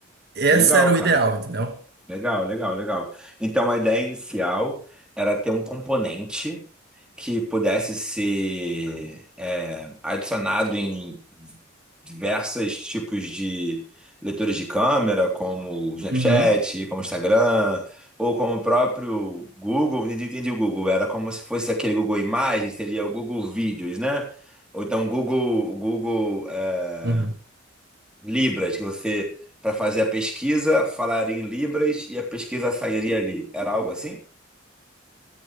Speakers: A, on the right (about 50°); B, in the centre.
A: Essa
B: Legal,
A: era
B: cara.
A: o ideal, entendeu?
B: Legal, legal, legal. Então a ideia inicial era ter um componente que pudesse ser é, adicionado em diversos tipos de leitores de câmera, como o Snapchat,
A: Uhum,
B: como o Instagram, ou como o próprio Google. Entendi, entendi o Google. Era como se fosse aquele Google Imagens, seria o Google Vídeos, né? Ou então Google, Google. é,
A: uhum.
B: Libras, que você, para fazer a pesquisa, falaria em Libras e a pesquisa sairia ali. Era algo assim?